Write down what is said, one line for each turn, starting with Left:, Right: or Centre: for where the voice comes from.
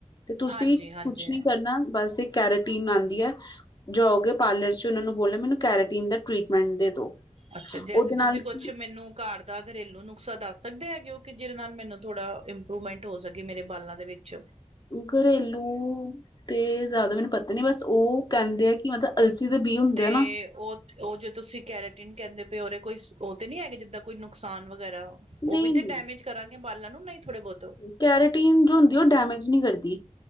Left: ਤੇ ਤੁਸੀਂ
Right: ਹਾਂਜੀ ਹਾਂਜੀ
Left: ਕੁਛ ਨੀ ਕਰਨਾ ਬਸ ਇਹ ਕੈਰੇਟੀਨ ਆਉਂਦੀ ਹੈ ਜਾਓਗੇ। ਪਾਰਲਰ 'ਚ ਉਹ ਨੂੰ ਬੋਲਿਆ ਮੈਨੂੰ ਕੈਰੇਟੀਨ ਦਾ ਟ੍ਰਰੀਟਮੈਂਟ ਦੇ ਦੋ।
Right: ਅੱਛਾ ਜੈਸੇ
Left: ਉਹਦੇ ਨਾਲ
Right: ਤੁਸੀਂ ਕੁੱਛ
Left: ਕੀ
Right: ਮੈਨੂੰ ਘਾਰ ਦਾ ਘਰੇਲੂ ਨੁਕਸਾ ਦੱਸ ਸਕਦੇ ਹੈਗੇ ਉਹ ਕਿ ਜਿਹਦੇ ਨਾਲ ਮੈਨੂੰ ਥੋੜਾ ਇੰਪਰੂਵਮੈਂਟ ਹੋ ਸਕੇ ਮੇਰੇ ਬਾਲਾਂ ਦੇ ਵਿੱਚ
Left: ਘਰੇਲੂ ਤੇ ਜ਼ਿਆਦਾ ਮੈਨੂੰ ਪਤਾ ਨੀ ਬਸ ਉਹ ਕਹਿੰਦੇ ਆ ਕਿ ਮਤਲਬ ਅਲਸੀ ਦੇ ਬੀ ਹੁੰਦੇ
Right: ਤੇ
Left: ਆ ਨਾ।
Right: ਉਹ ਉਹ ਜੋੇ ਤੁਸੀਂ ਕੈਰੇਟੀਨ ਕਹਿੰਦੇ ਪਏ ਉਰੇ ਕੋਈ ਉਹ ਤੇ ਨ ਨਹੀਂ ਹੈਗੇ ਜਿੱਦਾਂ ਕੋਈ ਨੁਕਸਾਨ ਵਗੈਰਾ
Left: ਨਹੀਂ
Right: ਉਹ ਵੀ ਤੇ
Left: ਨਹੀਂ
Right: ਡੈਮੇਜ ਕਰਾਂਗੇ ਬਾਲਾਂ ਨੂੰ ਨਹੀਂ ਥੋੜੇ ਬਹੁਤ
Left: ਕੈਰੇਟੀਨ ਜੋ ਹੁੰਦੀ ਉਹ ਡੈਮੇਜ ਨਹੀਂ ਕਰਦੀ।